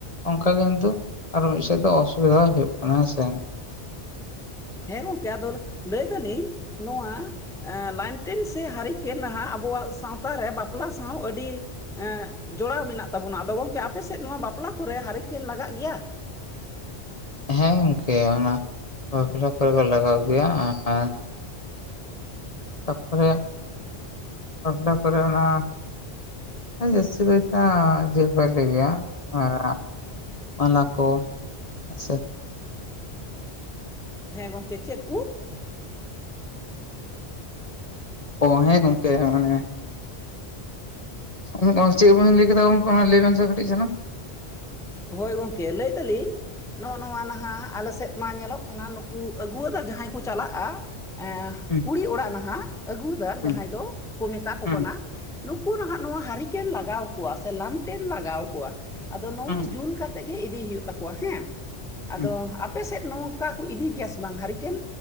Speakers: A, on the left; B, in the centre.
A: ᱚᱝᱠᱟ ᱜᱮ ᱠᱤᱱᱛᱩ ᱟᱨᱚ ᱢᱤᱫ ᱥᱮᱫ ᱫᱚ ᱚᱥᱩᱵᱤᱫᱟ ᱦᱩᱭᱩᱜ ᱠᱟᱱᱟ ᱦᱮᱸᱥᱮ᱾
B: ᱦᱮᱸ ᱜᱚᱝᱠᱮ ᱟᱫᱚ ᱞᱟᱹᱭ ᱫᱟᱞᱤᱧ ᱱᱚᱣᱟ ᱮᱸ ᱞᱟᱭᱮᱱᱴᱮᱱ ᱥᱮ ᱦᱟᱹᱨᱤᱠᱮᱱ ᱱᱟᱦᱟᱸᱜ ᱟᱵᱚᱣᱟᱜ ᱥᱟᱶᱛᱟ ᱨᱮ ᱵᱟᱯᱞᱟ ᱥᱟᱶ ᱟᱹᱰᱤ ᱮᱸᱜ ᱡᱚᱲᱟᱣ ᱢᱮᱱᱟᱜ ᱛᱟᱵᱚᱱᱟ, ᱟᱫᱚ ᱜᱚᱝᱠᱮ ᱟᱯᱮ ᱥᱮᱫ ᱱᱚᱣᱟ ᱵᱟᱯᱞᱟ ᱠᱚᱨᱮ ᱦᱟᱨᱤᱠᱮᱱ ᱞᱟᱜᱟᱜ ᱜᱮᱭᱟ?
A: ᱦᱮᱸ ᱜᱚᱝᱠᱮ ᱚᱱᱟ ᱵᱟᱯᱞᱟ ᱠᱚᱨᱮ ᱠᱚ ᱞᱟᱜᱟᱣ ᱜᱮᱭᱟ ᱟᱸ ᱛᱟ ᱯᱚᱨᱮ ᱵᱟᱯᱞᱟ ᱠᱚᱨᱮ ᱚᱱᱟ ᱡᱟᱹᱥᱛᱤ ᱠᱟᱭᱛᱮ ᱡᱤᱵᱟ ᱜᱮᱭᱟ ᱟᱨ ᱚᱱᱟ ᱠᱚ ᱦᱮᱸᱥᱮ᱾
B: ᱦᱮᱸ ᱜᱚᱝᱠᱮ ᱪᱮᱫ ᱠᱩ?
A: ᱚ ᱦᱮᱸ ᱜᱚᱢᱠᱮ ᱦᱚᱜᱚᱭ ᱮ ᱚᱜᱞ ᱪᱮᱫ ᱵᱟᱹᱧ ᱞᱟᱹᱭ ᱠᱮᱫᱟ ᱜᱚᱝᱠᱮ ᱚᱱᱟ ᱞᱟᱭᱵᱮᱱ ᱥᱮ ᱠᱟᱴᱤᱡᱷ ᱪᱟᱞᱟᱝ
B: ᱦᱳᱭ ᱜᱚᱝᱠᱮ ᱞᱟᱹᱭ ᱫᱟᱞᱤᱧ ᱱᱚᱜᱚ ᱱᱚᱣᱟ ᱱᱟᱦᱟᱜ ᱟᱞᱮ ᱥᱮᱫ ᱢᱟ ᱧᱮᱞᱚᱜ ᱠᱟᱱᱟ ᱱᱩᱠᱩ ᱟᱹᱜᱩᱣᱟᱫᱟ ᱡᱟᱦᱟᱸᱭ ᱠᱚ ᱪᱟᱞᱟᱜᱼᱟ ᱮ
A: ᱦᱩᱸ
B: ᱠᱩᱲᱤ ᱚᱲᱟᱜ ᱱᱟᱦᱟᱜ ᱟᱹᱜᱩᱣᱟᱫᱟᱨ
A: ᱦᱩᱸ
B: ᱡᱟᱦᱟᱸᱭ ᱫᱚ ᱠᱚ ᱢᱮᱛᱟ ᱠᱚ
A: ᱦᱩᱸ
B: ᱠᱟᱱᱟ ᱱᱩᱠᱩ ᱱᱟᱦᱟᱜ ᱱᱚᱣᱟ ᱦᱟᱹᱨᱤᱠᱮᱱ ᱞᱟᱜᱟᱣ ᱠᱚᱣᱟ ᱥᱮ ᱞᱟᱱᱴᱮᱱ ᱞᱟᱜᱟᱣ ᱠᱚᱣᱟ ᱟᱫᱚ ᱱᱚᱣᱟ
A: ᱦᱩᱸ
B: ᱛᱩᱞ ᱠᱟᱛᱮ ᱜᱮ ᱤᱫᱤ ᱦᱩᱭᱩᱜ ᱛᱟᱠᱚᱣᱟ ᱦᱮᱸ ᱟᱫᱚ
A: ᱦᱩᱸ
B: ᱟᱯ ᱟᱯᱮᱥᱮᱫ ᱱᱚᱝᱠᱟ ᱠᱚ ᱤᱫᱤ ᱜᱮᱭᱟ ᱥᱮ ᱵᱟᱝ ᱦᱟᱨᱠᱮᱱ